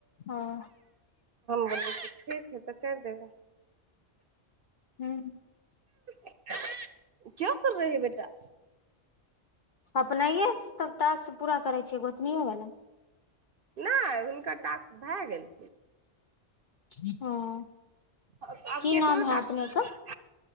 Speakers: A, on the left; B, on the right.
A: हँ
B: ठीक है तऽ कर देब
A: हुँ
B: क्या कर रहे है बेटा
A: अपनाए सँ टास्क पूरा करै छियै गोतनओवला
B: नहि हुनकर टास्क भए गेल
A: हँ
B: आब
A: की
B: केकरो
A: नाम है
B: टॉक्स
A: अपने के